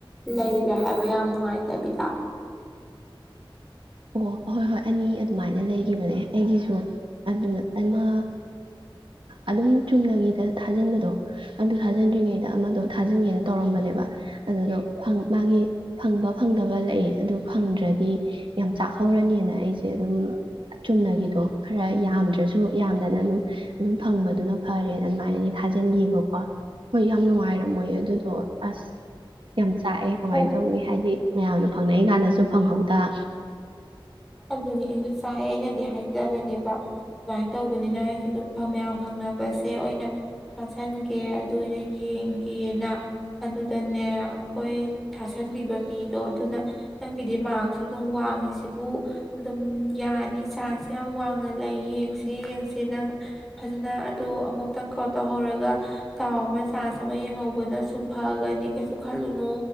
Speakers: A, in the centre; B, on the right.
A: ꯂꯩꯔꯦ ꯍꯥꯏꯕ ꯌꯥꯝ ꯅꯨꯡꯉꯥꯏꯇꯕꯤꯗ
B: ꯑꯣ ꯑꯍꯣꯏ ꯍꯣꯏ ꯑꯅꯤ ꯑꯗꯨꯃꯥꯏꯅ ꯂꯩꯈꯤꯕꯅꯦ ꯑꯩꯒꯤꯁꯨ ꯑꯗꯨ ꯑꯃ ꯑꯗꯨꯝ ꯆꯨꯝꯅꯒꯤꯗ ꯊꯥꯖꯤꯟꯕꯗꯣ ꯑꯗꯨ ꯊꯥꯖꯟꯗ꯭ꯔꯤꯉꯩꯗ ꯑꯃꯗꯣ ꯊꯥꯖꯤꯟꯒꯦꯅ ꯇꯧꯔꯝꯕꯅꯦꯕ ꯑꯗꯨꯗꯣ ꯃꯥꯒꯤ ꯐꯪꯕ ꯐꯪꯗꯕ ꯂꯩ ꯑꯗꯨ ꯐꯪꯗ꯭ꯔꯗꯤ ꯌꯥꯝ ꯆꯥꯛꯍꯧꯔꯅꯤꯅ ꯑꯩꯁꯦ ꯑꯗꯨꯝ ꯆꯨꯝꯅꯒꯤꯗꯣ ꯈꯔ ꯌꯥꯝꯗ꯭ꯔꯁꯨ ꯌꯥꯝꯗꯅ ꯑꯗꯨꯝ ꯑꯗꯨꯝ ꯐꯪꯕꯗꯨꯅ ꯐꯔꯦꯅ ꯑꯗꯨꯃꯥꯏꯅꯗꯤ ꯊꯥꯖꯤꯟꯈꯤꯑꯕꯀꯣ ꯍꯣꯏ ꯌꯥꯝ ꯅꯨꯡꯉꯥꯏꯔꯝꯃꯣꯏ ꯑꯗꯨꯗꯣ ꯑꯁ ꯌꯥꯝ ꯆꯥꯛꯑꯦ ꯀꯃꯥꯏꯅ
A: ꯍꯣ
B: ꯇꯧꯅꯤ ꯍꯥꯏꯗꯤ ꯃꯌꯥꯝꯅ ꯐꯪꯅꯩꯏ ꯀꯥꯟꯗꯁꯨ ꯐꯪꯍꯧꯗ
A: ꯑꯗꯨꯅꯤ ꯑꯩꯁꯨ ꯆꯥꯏ ꯑꯩꯅꯗꯤ ꯍꯥꯏꯖꯕꯅꯦꯕ ꯑꯗꯨꯃꯥꯏꯅ ꯇꯧꯕꯅꯤꯅ ꯑꯩꯁꯨ ꯑꯗꯨꯝ ꯃꯌꯥꯝ ꯐꯪꯅꯕꯁꯦ ꯑꯣꯏꯅ ꯊꯥꯁꯟꯒꯦ ꯑꯗꯨ ꯑꯣꯏꯅ ꯌꯦꯡꯒꯦꯅ ꯑꯗꯨꯗꯅꯦ ꯑꯩꯈꯣꯏ ꯊꯥꯁꯟꯕꯤꯕ ꯃꯤꯗꯣ ꯑꯗꯨꯅ ꯅꯪꯒꯤꯗꯤ ꯃꯔꯛꯁꯁꯨ ꯑꯗꯨꯝ ꯋꯥꯡꯉꯤ ꯁꯤꯕꯨ ꯑꯗꯨꯝ ꯌꯥꯅꯤ ꯆꯥꯟꯁ ꯌꯥꯝ ꯋꯥꯡꯅ ꯂꯩ ꯌꯦꯡꯁꯦ ꯌꯦꯡꯁꯦ ꯅꯪ ꯐꯖꯅ ꯑꯣ ꯑꯃꯨꯛꯇꯪ ꯀꯣ ꯇꯧꯍꯧꯔꯒ ꯇꯥꯎ ꯑꯃ ꯆꯥꯟꯁ ꯑꯃ ꯌꯦꯡꯍꯧꯕꯅꯁꯨ ꯐꯒꯅꯤ ꯀꯩꯁꯨ ꯈꯜꯂꯨꯅꯨ